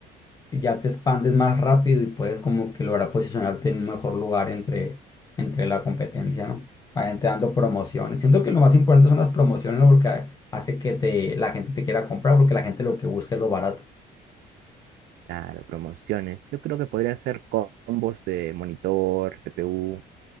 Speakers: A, on the left; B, on the right.
A: ya te expandes más rápido y puedes como que lograr posicionarte en un mejor lugar entre, entre la competencia, ¿no? Vayan te dando promociones. Siento que lo más importante son las promociones ¿no? porque ha- hace que te, la gente te quiera comprar porque la gente lo que busca es lo barato.
B: Claro, promociones. Yo creo que podría hacer combos de monitor, CPU,